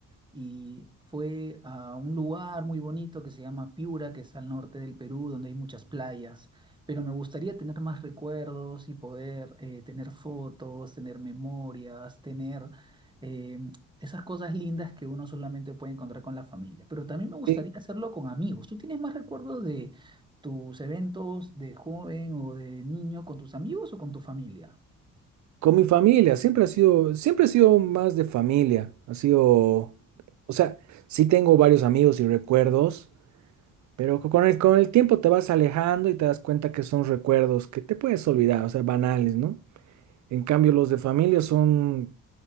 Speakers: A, on the right; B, on the right.
A: y fue a un lugar muy bonito que se llama Piura, que está al norte del Perú, donde hay muchas playas, pero me gustaría tener más recuerdos y poder eh, tener fotos, tener memorias, tener eh, esas cosas lindas que uno solamente puede encontrar con la familia. Pero también me gustaría
B: Sí,
A: hacerlo con amigos. ¿Tú tienes más recuerdos de tus eventos de joven o de niño con tus amigos o con tu familia?
B: con mi familia, siempre ha sido, siempre ha sido más de familia, ha sido, o sea, sí tengo varios amigos y recuerdos, Pero co- con el, con el tiempo te vas alejando y te das cuenta que son recuerdos que te puedes olvidar, o sea, banales, ¿no? En cambio, los de familia son,